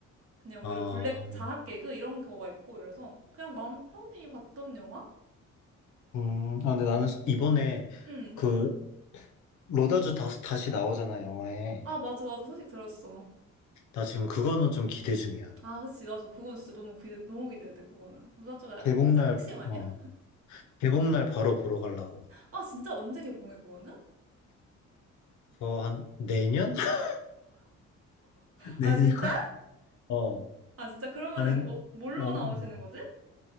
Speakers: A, on the right (about 50°); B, on the left (about 75°).
A: 그냥
B: 아,
A: 오히려 블랙 자학 개그 이런 거가 있고 이래서 그냥 마음 편히 봤던 영화?
B: 음, 아, 근데 나는 이번에
A: 응.
B: 그 로다주 다시, 다시 나오잖아, 영화에.
A: 아 맞아 나도 소식 들었어.
B: 나 지금 그거는 좀 기대 중이야.
A: 아 그치 나도 그건 진짜 너무 기대 너무 기대돼 그거는. 로다조가
B: 개봉날,
A: 살짝 핵심 아니야?
B: 어, 개봉날 바로 보러 가려고.
A: 아 진짜 언제 개봉해 그거는?
B: 그거 한 내년? <laughs> 내년?
A: 아, 진짜?
B: 어,
A: 아, 진짜 그러면은,
B: 아니,
A: 어, 뭘로
B: 어,
A: 나오시는
B: 음.
A: 거지?